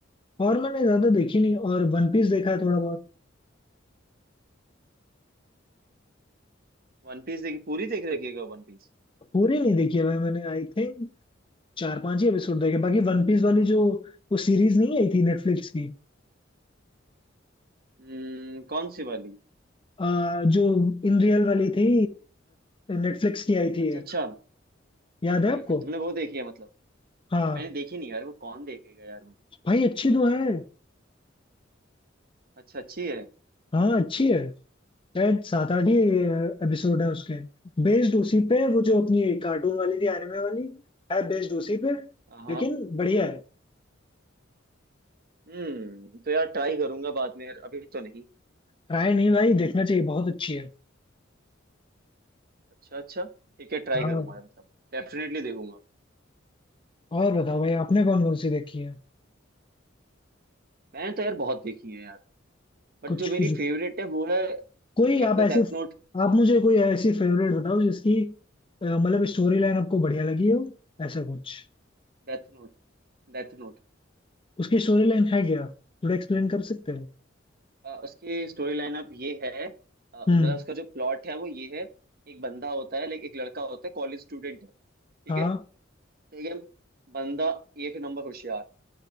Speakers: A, on the left; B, on the right.
A: और मैंने ज्यादा देखी नहीं और वन पीस देखा है थोड़ा बहुत
B: वन पीस देखी पूरी देख रखी है क्या वन पीस
A: पूरी नहीं देखी है भाई मैंने आई थिंक चार पांच ही एपिसोड देखे बाकी वन पीस वाली जो वो सीरीज नहीं आई थी नेटफ्लिक्स की
B: हम्म कौन सी वाली
A: आ, जो इन रियल वाली थी नेटफ्लिक्स की आई
B: अच्छा
A: थी एक
B: अच्छा
A: याद
B: ओके
A: है आपको
B: ओके तुमने वो देखी है मतलब
A: हाँ
B: मैंने देखी नहीं यार वो कौन देखेगा यार वो
A: भाई अच्छी तो है
B: अच्छा अच्छी है
A: हाँ अच्छी है शायद सात आठ ही
B: अरे,
A: एपिसोड है उसके बेस्ड उसी पे है, वो जो अपनी कार्टून वाली थी एनिमे वाली है बेस्ड उसी पे
B: हाँ
A: लेकिन बढ़िया है
B: हम्म तो यार ट्राई करूंगा बाद में यार अभी तो नहीं
A: ट्राई नहीं भाई देखना चाहिए बहुत अच्छी है
B: अच्छा अच्छा ठीक है ट्राई
A: हाँ
B: करूंगा
A: भाई
B: यार मतलब डेफिनेटली देखूंगा
A: और बताओ भाई आपने कौन कौन सी देखी है
B: मैंने तो यार बहुत देखी है यार बट
A: कुछ
B: जो मेरी
A: कुछ
B: फेवरेट है वो है
A: कोई
B: एक
A: आप
B: तो
A: ऐसी
B: death note
A: आप मुझे कोई ऐसी फेवरेट बताओ जिसकी अ, मतलब स्टोरी लाइन आपको बढ़िया लगी हो ऐसा कुछ
B: Death note Death note
A: उसकी स्टोरी लाइन है क्या थोड़ा एक्सप्लेन कर सकते हो
B: उसकी स्टोरी लाइन अप ये है अ, मतलब
A: हम्म
B: उसका जो प्लॉट है वो ये है एक बंदा होता है लाइक एक लड़का होता है कॉलेज स्टूडेंट है ठीक
A: हाँ
B: है ठीक है बंदा एक नंबर होशियार